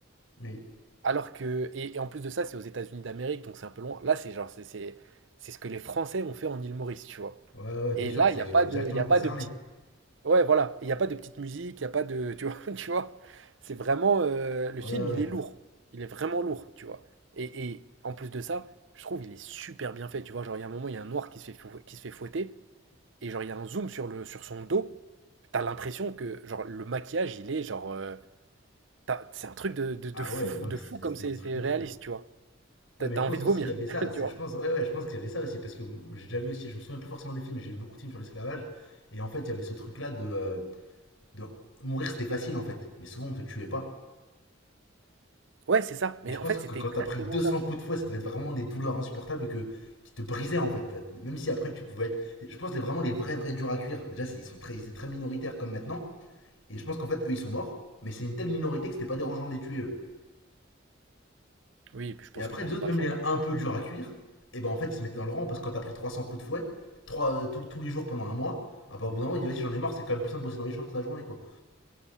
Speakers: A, on the left (about 85°); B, on the right (about 65°).
A: Oui.
B: Alors que et et en plus de ça, c'est aux États-Unis d'Amérique, donc c'est un peu loin. Là, c'est genre c'est c'est c'est ce que les Français ont fait en île Maurice, tu vois?
A: Ouais, ouais, bien
B: Et
A: sûr,
B: là,
A: c'est,
B: il n'y a pas
A: on est
B: de,
A: directement
B: il y a
A: concerné.
B: pas de petite, ouais, voilà, il y a pas de petite musique, il y a pas de, tu vois, <laughs> tu vois, c'est vraiment euh, le
A: Ouais,
B: film,
A: ouais.
B: il
A: ouais.
B: est lourd, il est vraiment lourd, tu vois. Et, et en plus de ça, je trouve il est super bien fait, tu vois. Genre il y a un moment, il y a un noir qui se fait fou- qui se fait fouetter et genre il y a un zoom sur le sur son dos, t'as l'impression que genre le maquillage, il est genre, euh, t'as- c'est un truc de, de,
A: Ah
B: de fou
A: ouais, non
B: de
A: mais c'est,
B: fou comme
A: c'est
B: c'est
A: des
B: c'est
A: trucs de
B: réaliste,
A: fou.
B: tu vois
A: Ouais,
B: t'as
A: mais
B: t'as
A: je pense
B: envie de
A: aussi,
B: vomir,
A: il y avait ça.
B: <laughs>
A: C'est,
B: tu vois.
A: je pense, ouais, ouais, je pense qu'il y avait ça aussi. Parce que j'ai déjà vu aussi, je me souviens plus forcément des films, mais j'ai vu beaucoup de films sur l'esclavage. Et en fait, il y avait ce truc-là de, euh, de. Mourir, c'était facile en fait. Mais souvent, on te tuait pas.
B: Ouais, c'est ça.
A: Et
B: Mais
A: je pense
B: en fait,
A: que
B: c'était
A: quand
B: exactement
A: t'as pris 200
B: ça.
A: coups de fouet, ça devait être vraiment des douleurs insupportables et que, qui te brisaient en fait. Même si après tu pouvais être. Je pense que vraiment les vrais, vrais durs à cuire. Déjà, c'est- ils sont très, ils étaient très minoritaires comme maintenant. Et je pense qu'en fait, eux, ils sont morts. Mais c'est une telle minorité que c'était pas dérangeant de les tuer eux.
B: Oui, et puis je pense
A: Et après,
B: que t'avais
A: les autres,
B: pas
A: même
B: le choix.
A: les un peu durs à cuire, et ben en fait, ils se mettaient dans le rang parce que quand t'as pris 300 coups de fouet, trois euh, tous- tous les jours pendant un mois, ah bah au bout d'un moment, il dit vas-y, j'en ai marre, c'est quand même plus simple de bosser dans les champs toute la journée, quoi.